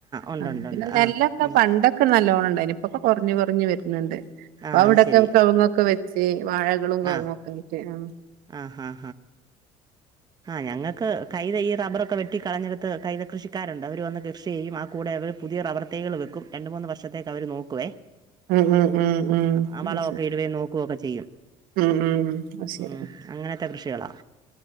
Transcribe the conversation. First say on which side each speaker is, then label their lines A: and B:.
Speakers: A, on the right; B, on the right.
A: ഉണ്ട്
B: ആ
A: ഉണ്ട്
B: പിന്നെ
A: ഉണ്ട്
B: നെല്ലൊക്കെ
A: ആ ഉം
B: പണ്ടൊക്കെ നല്ലോണം ഉണ്ടായിനി ഇപ്പോ ഒക്കെ കുറഞ്ഞ് കുറഞ്ഞ് വരുന്നുണ്ട് ഇപ്പൊ
A: ആ
B: അവിടൊക്കെ
A: അത് ശരി
B: കവുങ്ങൊക്കെ വെച്ച് വാഴകളും കവുങ്ങൊക്കെ
A: ആ
B: ആയിട്ട് ആഹ്
A: ആ ആ ഞങ്ങൾ ക്ക്‌ കൈത ഈ റബറൊ ക്കെ വെട്ടി കളഞ്ഞെടുത്ത് കൈത കൃഷിക്കാരുണ്ട് അവര് വന്ന് കൃഷി ചെയ്യും ആ കൂടെ അവര് പുതിയ റബർ തൈകള് വക്കും രണ്ട് മൂന്ന് വർഷത്തേക്ക് അവര് നോക്കുവേ
B: ഉം ഉം ഉം ഉം
A: ആ
B: അത്
A: വളമൊക്കെ
B: ശരി
A: ഇടുവേയും നോക്കുവൊക്കെ ചെയ്യും
B: ഉം ഉം അത് ശരി
A: ഉം അങ്ങനത്തെ കൃഷികളാ